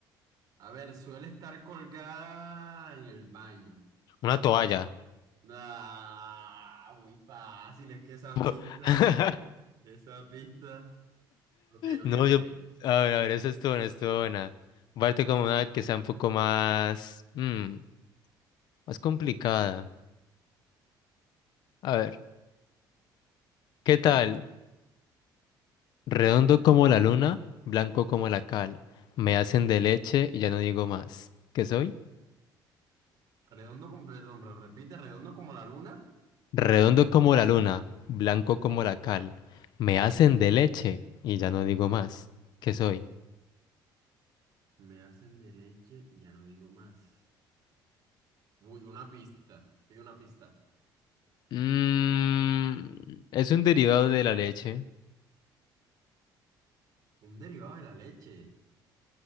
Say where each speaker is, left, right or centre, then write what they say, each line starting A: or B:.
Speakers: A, on the right (about 50°); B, on the left (about 60°).
A: A ver, suele estar colgada en el baño.
B: Una toalla.
A: Ah, muy fácil, es que esa pista,
B: <laughs>
A: <clears throat> <laughs> esa pista. Ok,
B: No,
A: ok,
B: yo,
A: ok.
B: a ver, a ver, eso estuvo buena, estuvo buena. Parte como una que sea un poco más, mm, más complicada. A ver, ¿qué tal? Redondo como la luna, blanco como la cal. Me hacen de leche y ya no digo más. ¿Qué soy?
A: Redondo como, perdón, pero repite, redondo como la luna.
B: Redondo como la luna, blanco como la cal. Me hacen de leche y ya no digo más. ¿Qué soy?
A: Me hacen de leche y ya no digo más. Uy, una pista. Hay una pista.
B: Mm, es un derivado de la leche.
A: Un derivado de la leche.